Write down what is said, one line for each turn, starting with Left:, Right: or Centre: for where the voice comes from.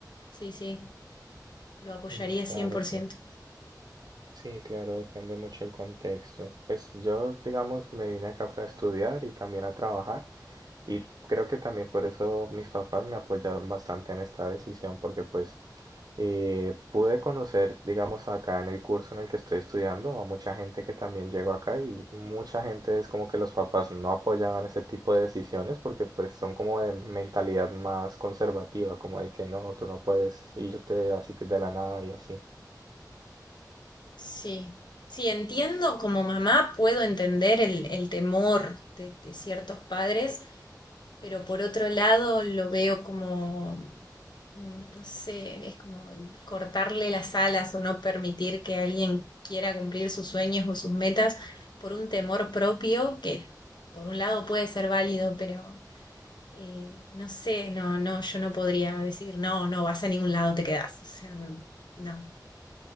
Left: Sí, sí, lo apoyaría
Right: Mm, claro,
Left: 100%.
Right: sí. Sí, claro, depende mucho el contexto. Pues yo, digamos, me vine acá fue a estudiar y también a trabajar y creo que también por eso mis papás me apoyaron bastante en esta decisión porque pues Eh, pude conocer, digamos, acá en el curso en el que estoy estudiando, a mucha gente que también llegó acá y mucha gente es como que los papás no apoyaban ese tipo de decisiones porque pues son como de mentalidad más conservativa, como de que no, tú no puedes irte
Left: Ujú.
Right: así de la nada y así.
Left: Sí, sí, entiendo, como mamá puedo entender el, el temor de de ciertos padres pero por otro lado lo veo como mm, no sé, es como cortarle las alas o no permitir que alguien quiera cumplir sus sueños o sus metas por un temor propio que por un lado puede ser válido, pero eh, no sé, no, no, yo no podría decir, no, no vas a ningún lado, te quedás. O sea, mm, no.